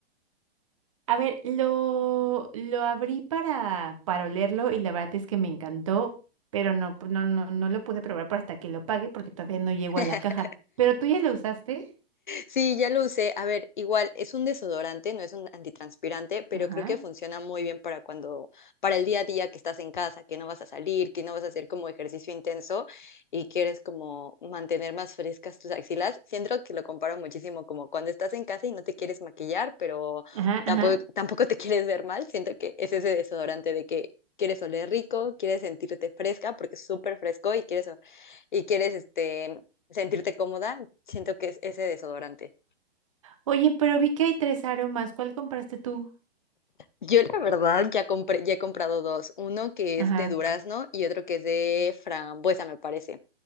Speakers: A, on the right (about 30°); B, on the left (about 50°).
A: A ver, lo, lo abrí para, para olerlo y la verdad es que me encantó, pero no, pu- no, no, no lo pude probar por hasta que lo pague porque todavía no llego
B: <laughs>
A: a la caja. Pero tú ya lo usaste.
B: Sí, ya lo usé. A ver, igual es un desodorante, no es un antitranspirante, pero
A: Ajá.
B: creo que funciona muy bien para cuando, para el día a día que estás en casa, que no vas a salir, que no vas a hacer como ejercicio intenso y quieres como mantener más frescas tus axilas. Siento que lo comparo muchísimo como cuando estás en casa y no te quieres maquillar, pero
A: Ajá,
B: tampoco,
A: ajá.
B: tampoco te <laughs> quieres ver mal. Siento que es ese desodorante de que quieres oler rico, quieres sentirte fresca porque es súper fresco y quieres, y quieres este, sentirte cómoda, siento que es ese desodorante.
A: Oye, pero vi que hay tres aromas. ¿Cuál compraste tú?
B: Yo la verdad ya, compré, ya he comprado dos, uno que
A: Ajá,
B: es de durazno y otro que es de frambuesa, me parece.